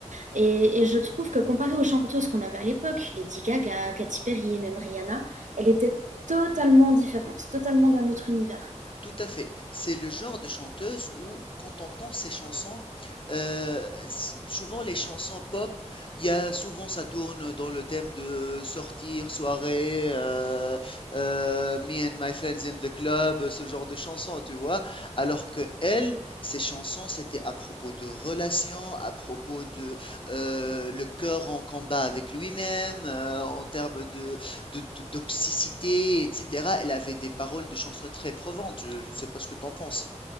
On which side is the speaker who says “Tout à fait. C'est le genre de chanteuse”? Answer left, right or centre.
Left